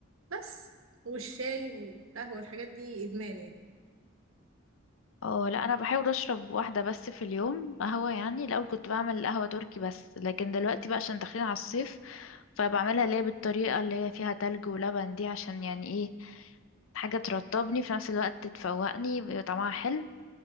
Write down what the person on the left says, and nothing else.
اه لا انا بحاول اشرب واحدة بس في اليوم قهوة يعني الاول كنت بعمل قهوة تركي بس لكن دلوقتي بقى عشان داخلين على الصيف فبعملها اللي هي بالطريقة اللي هي فيها تلج ولبن دي عشان يعني ايه حاجة ترطبني في نفس الوقت تفوقني ويبقى طعمها حلو